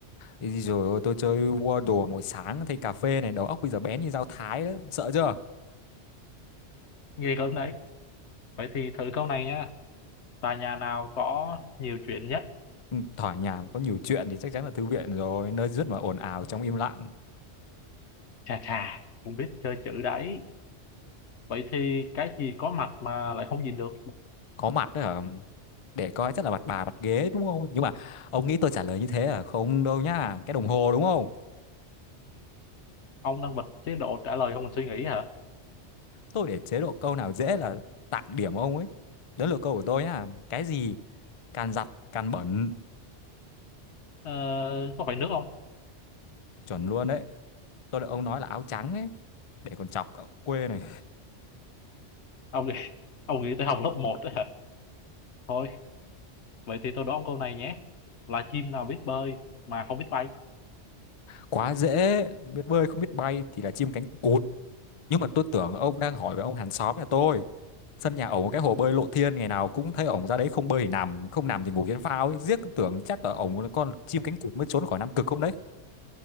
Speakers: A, on the left; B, on the left.
A: thì rồi ôi, tôi chơi Wordle mỗi sáng thay cà phê này đầu óc bây giờ bén như dao thái đó sợ chưa
B: Nghi lắm đấy. Vậy thì thử câu này nha. Tòa nhà nào có nhiều chuyện nhất?
A: Ừ, thoải nhà có nhiều chuyện thì chắc chắn là thư viện rồi nơi rất mà ồn ào trong im lặng
B: Chà chà, cũng biết chơi chữ đấy. Vậy thì cái gì có mặt mà lại không nhìn được?
A: có mặt đấy hả để coi chắc là mặt bà mặt ghế đúng không nhưng mà ông nghĩ tôi trả lời như thế là không đâu nhá cái đồng hồ đúng không
B: Ông đang bật chế độ trả lời không mình suy nghĩ hả?
A: tôi để chế độ câu nào dễ là tặng điểm ông ấy đó là câu của tôi nhá cái gì càng giặt càng bẩn
B: Ờ, có phải nước không?
A: chuẩn luôn đấy tôi đợi ông nói là áo trắng ấy để còn chọc cậu quê này
B: Ông nghĩ, <laughs> ông nghĩ tới học lớp một đấy hả? Thôi Vậy thì tôi đố ông câu này nhé. Là chim nào biết bơi mà không biết bay?
A: quá dễ biết bơi không biết bay thì là chim cánh cụt nhưng mà tôi tưởng ông đang hỏi về ông hàng xóm nhà tôi sân nhà ổng có cái hồ bơi lộ thiên ngày nào cũng thấy ổng ra đấy không bơi thì nằm không nằm thì ngủ trên phao ấy riết tưởng chắc là ổng là con chim cánh cụt mới trốn khỏi Nam Cực không đấy